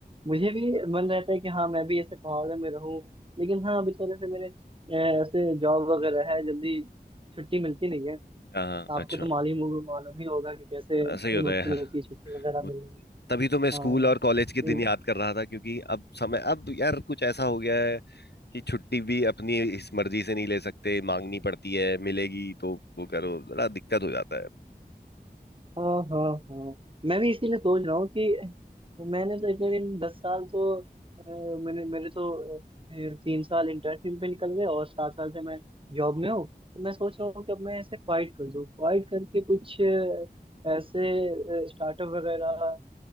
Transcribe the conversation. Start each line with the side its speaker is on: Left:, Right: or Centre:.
Right: मुझे भी मन रहता है कि हाँ मैं भी ऐसे पहाड़ों में रहूं लेकिन हाँ अभी थोड़े से मेरे अ, ऐसे जॉब वगैरह है जल्दी छुट्टी मिलती नहीं है
Left: हाँ हाँ
Right: आपको
Left: अच्छा
Right: तो मालूम ही मालूम ही होगा कि कैसे
Left: ऐसा
Right: कितनी
Left: ही होता
Right: मुश्किल
Left: है यार
Right: होती है छुट्टी वगैरह मिलने
Left: वो-
Right: में
Left: तभी तो मैं स्कूल
Right: हाँ
Left: और कॉलेज के
Right: हम्म।
Left: दिन याद कर रहा था क्योंकि अब समय अब यार कुछ ऐसा हो गया है कि छुट्टी भी अपनी इस मर्जी से नहीं ले सकते मांगनी पड़ती है मिलेगी तो वो करो बड़ा दिक्कत हो जाता है
Right: हाँ हाँ हाँ मैं भी इसीलिए सोच रहा हूँ कि मैंने तो इतने दिन दस साल तो अ, मैंने मेरे तो अ, तीन साल इंटर्नशिप पे निकल गए और सात साल से मैं जॉब में हूँ तो मैं सोच रहा हूँ कि अब मैं ऐसे फाइट कर दूँ फाइट करके कुछ अ, ऐसे स्टार्टअप वगैरह